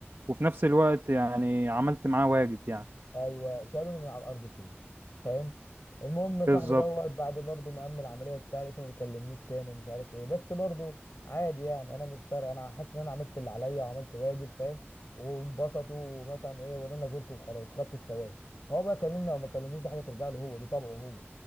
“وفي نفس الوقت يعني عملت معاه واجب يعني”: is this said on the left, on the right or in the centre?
Right